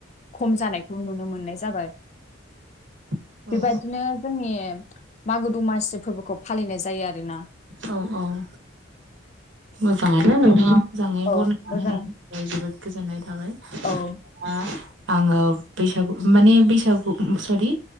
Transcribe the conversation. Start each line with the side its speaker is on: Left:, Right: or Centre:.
Left: खम जानायखौ नुनो मोननाय जाबाय ।
Right: औ
Left: बेबायदिनो जोंनि मागो दमासि फोरबोखौ फालिनाय जायो आरोना ।
Right: औ औ । मोजाङानो, नोंथाङा
Left: जों
Right: मोजाङै
Left: औ
Right: बरनायना
Left: मोजां
Right: होनायनि थाखाय जोबोद गोजोन <unintelligible> थाबाय
Left: औ
Right: । आङो बैसागु माने बैसागु सरि